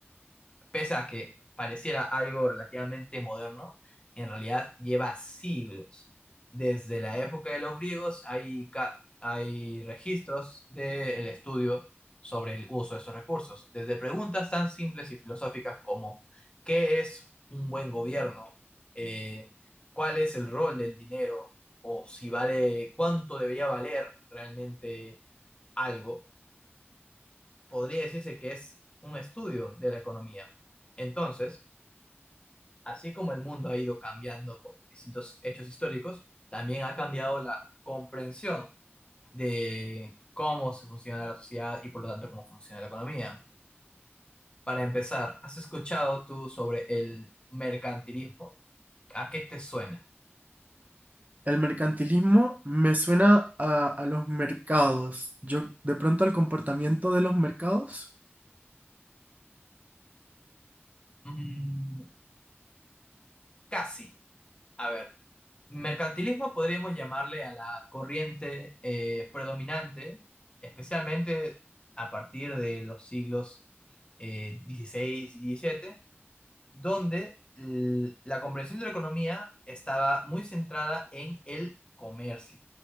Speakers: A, on the left; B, on the right.
A: pese a que pareciera algo relativamente moderno, en realidad lleva siglos. Desde la época de los griegos hay, ca- hay registros del estudio sobre el uso de estos recursos, desde preguntas tan simples y filosóficas como ¿qué es un buen gobierno? Eh, ¿cuál es el rol del dinero? O si vale, ¿cuánto debería valer realmente algo? Podría decirse que es un estudio de la economía. Entonces, Así como el mundo ha ido cambiando por distintos hechos históricos, también ha cambiado la comprensión de cómo se funciona la sociedad y por lo tanto cómo funciona la economía. Para empezar, ¿has escuchado tú sobre el mercantilismo? ¿A qué te suena?
B: El mercantilismo me suena a, a los mercados. Yo, de pronto, al comportamiento de los mercados.
A: Mm, casi. A ver, mercantilismo podríamos llamarle a la corriente eh, predominante, especialmente a partir de los siglos eh, XVI y XVII donde l- la comprensión de la economía estaba muy centrada en el comercio.